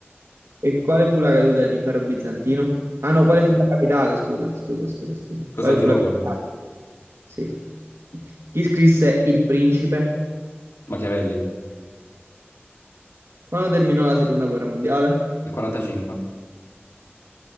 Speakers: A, on the right; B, on the left.
A: E quale fu la caduta dell'impero bizantino? Ah no, quale fu la capitale? Scusa, scusa, scusa, scusa.
B: Costantinopoli,
A: Quale fu la capitale? Sì. Chi scrisse Il Principe?
B: Machiavelli,
A: Quando terminò la seconda guerra mondiale?
B: il 45.